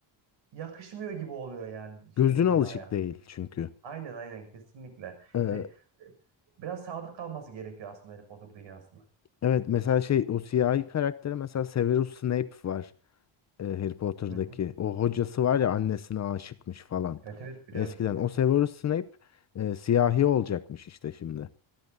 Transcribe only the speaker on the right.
yakışmıyor gibi oluyor yani şey
dünyaya.
Aynen aynen kesinlikle.
Hani e, biraz sadık kalması gerekiyor aslında Harry Potter dünyasına.
Hı hı.
Evet evet biliyorum
tabii.